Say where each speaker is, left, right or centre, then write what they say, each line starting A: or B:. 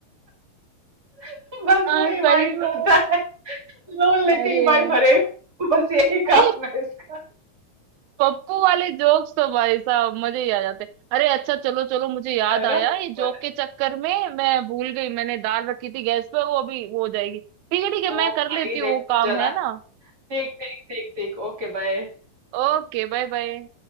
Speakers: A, on the right; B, on the right.
A: <laughs> बस
B: हाँ,
A: वो ईएमआई
B: सही
A: भरता
B: बात
A: है लोन लेके
B: अरे
A: ही भाई
B: यार
A: भरेगा बस यही
B: अरे
A: काम
B: ये
A: है इसका
B: पप्पू वाले जोक्स तो भाई साहब मजे ही आ जाते हैं अरे अच्छा चलो चलो मुझे याद
A: है
B: आया
A: ना पप्पू
B: ये जोक
A: है
B: के चक्कर में मैं भूल गई मैंने दाल रखी थी गैस पे वो अभी वो हो जाएगी ठीक है ठीक है
A: ओ
B: मैं कर
A: भाई
B: लेती हूँ
A: देखो
B: वो काम
A: जला
B: है ना
A: ठीक ठीक ठीक ठीक ओके बाय
B: Okay bye bye